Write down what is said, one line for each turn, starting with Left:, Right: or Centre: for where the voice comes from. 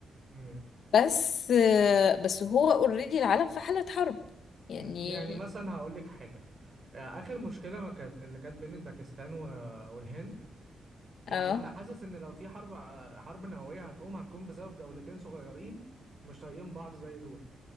Right: مم.
Left: بس آه بس هو اوريدي العالم في حاله حرب يعني
Right: مم. يعني مثلا هقولك حاجه آه، اخر مشكله ما كانت اللي كانت بين باكستان و- والهند يعني
Left: اه
Right: انا حاسس ان لو في حرب آه، حرب نوويه هتقوم هتكون بسبب دولتين صغيرين مش طايقين بعض زي دول